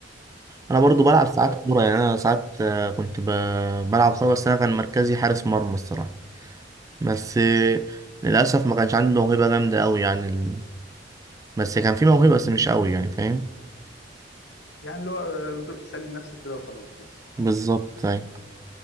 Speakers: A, on the right; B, on the left.
A: انا برضو بلعب ساعات
B: على
A: كورة يعني انا ساعات آه، كنت ب... بلعب كورة بس انا كان مركزي حارس مرمى الصراحة بس آه، للأسف ما كانش عندي موهبة جامدة أوي يعني بس كان في موهبة بس مش قوي يعني فاهم
B: يعني اللي هو آه، بتروح تسلي نفسك كده وخلاص
A: بالظبط أيوة